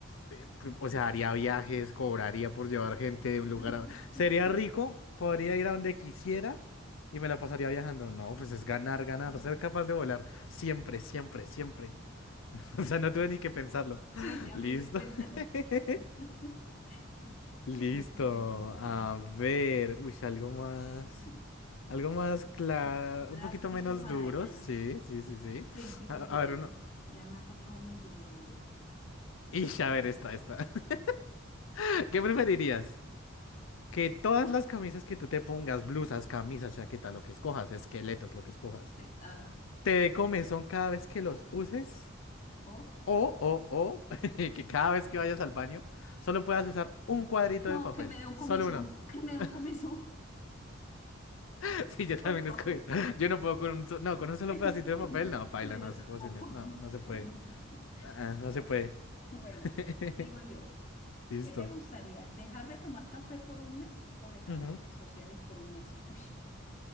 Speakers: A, on the left; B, on the left.
A: sí, pri- o sea, haría viajes, cobraría por llevar gente de un lugar
B: <laughs>
A: a... Sería rico, podría ir a donde quisiera y me la pasaría viajando. No, pues es ganar, ganar,
B: No.
A: ser capaz de volar. Siempre, siempre, siempre. <laughs> O sea, no tuve ni que pensarlo.
B: Sí,
A: <laughs>
B: ya
A: Listo.
B: me di cuenta.
A: <laughs>
B: <laughs>
A: Listo.
B: Ahí no tuviste nada que hacer.
A: A ver, uy, algo más,
B: Ujú.
A: algo más claro,
B: Drástico
A: un poquito menos
B: para
A: duro,
B: allá.
A: sí, sí, sí, sí.
B: Sí, sí,
A: A,
B: porque
A: a ver,
B: ya,
A: uno...
B: ya me ha tocado muy duro, la verdad.
A: Ish, a ver, esta, esta. <laughs> ¿Qué preferirías? Que todas las camisas que tú te pongas, blusas, camisas, chaqueta, lo que escojas, esqueletos, lo que escojas,
B: Sí, ajá.
A: te dé comezón cada vez que los uses,
B: O,
A: o, o, o, <laughs> que cada vez que vayas al baño, solo puedas usar un cuadrito
B: no,
A: de papel,
B: que me dé un
A: solo
B: comezón,
A: uno.
B: <laughs> que me dé
A: <laughs>
B: un comezón.
A: <laughs> Sí, yo también
B: <laughs> Por favor.
A: escogí. Yo no puedo con un, so- no, con un solo
B: Sí,
A: pedacito de
B: sí.
A: papel. No, paila,
B: No, yo
A: no es
B: tampoco.
A: posible. No,
B: <laughs>
A: no se puede.
B: No, no. no.
A: Ah, ah, no se puede.
B: Bueno,
A: <laughs>
B: digo yo,
A: Listo.
B: ¿qué te gustaría? ¿Dejar de tomar café por un mes o dejar
A: Ujú.
B: las redes sociales por un mes? Uy,